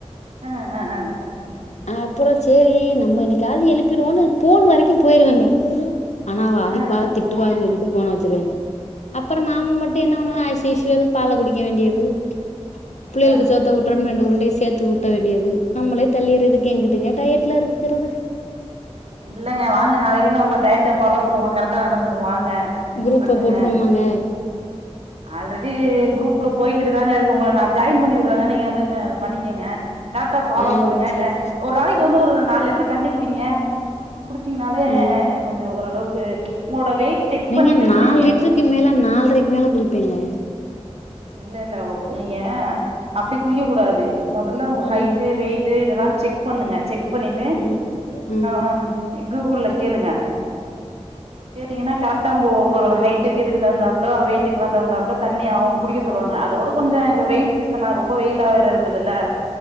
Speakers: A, on the right; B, on the left.
A: ஆ ஆ ஆ
B: அப்புற சேரி நம்ம இன்னைக்காது எழுப்பிருவோன்னு போனு வரைக்கு போயிருவங்க ஆனா அடிப்பா
A: ஆ
B: திட்டுவான்னு சொல்லிட்டு போன வச்சுருவங்க அப்புறம் நாம மட்டு என்ன பண்ணுவோ ஆஸ்யூஸ்வல் பால குடிக்க வேண்டியது புள்ளைகளுக்கு
A: ஆ
B: சோத்த ஊட்டுறன்னு ரெண்டு உருண்டைய சேத்து ஊட்ட வேண்டியது நம்மளே தள்ளிறதுக் எங்குட்ங்க டயட்ல இருக்கறது
A: இல்லங்க வாங்க நாளையில இருந்து நம்ம டயட்ட ஃபாலோ பண்ணுவோ கரெக்டா நடந்துக்குவோ வாங்க
B: குரூப்ப
A: பண்ணுங்க
B: போட்டுருவோமாங்க
A: ஆல்ரெடி குரூப்ல போய்கிட்டு தாங்க இருக்கு உங்கள நா ஜாயின் பண்ணிவிட்றேங்க நீங்க வந்து க பண்ணிக்கங்க கரெட்டா ஃபாலோ
B: ஆ
A: பண்ணுங்க
B: சேரி
A: ஒரு நாளைக்கு வந்து ஒரு நாலு லிட்டர் தண்ணி குடிங்க குடிச்சீங்கனாலே
B: ம்
A: கொஞ்சோ ஓரளவுக்கு உங்களோட வெயிட் செக்
B: ஏங்க
A: பண்ணிட்டு
B: நாலு
A: குடிங்க
B: லிட்ரு க்கு மேல நால்ரைக்கு மேல குடிப்பேங்க
A: இல்ல இல்ல நீங்க அப்டி குடிக்க கூடாது மொதல்ல உங்க ஹைட்டு
B: ம்
A: வெயிட் ட்டு இதெல்லா செக் பண்ணுங்க செக் பண்ணிட்டு
B: ம் ம்
A: ஆ கூகுள் கேளுங்க கேட்டீங்கன்னா கரெக்டா உங்க உங்களோட ஹைட்டுக்கு இதுக்கு தகுந்தாப்பல வெயிட்டுக்குலா தகுந்தாப்பல தண்ணி அவுங்க குடிக்க சொல்லுவாங்க அதோட கொஞ்ச இப்ப வெயில் சீசனா ரொம்ப வெயிலா வேற இருக்குதுல்ல